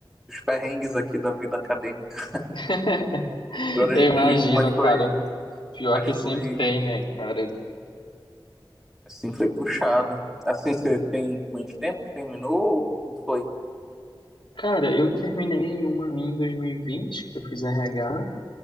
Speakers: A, in the centre; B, on the left.
A: dos perrengues aqui da vida acadêmica.
B: <laughs>
A: Agora
B: Eu
A: a gente
B: imagino,
A: riu, mas foi,
B: cara. Pior
A: mas
B: que
A: foi,
B: sempre tem, né, cara?
A: assim, foi puxado. Assim, você tem muito tempo que terminou? Não foi?
B: Cara, eu terminei uma minha em 2020, que eu fiz RH,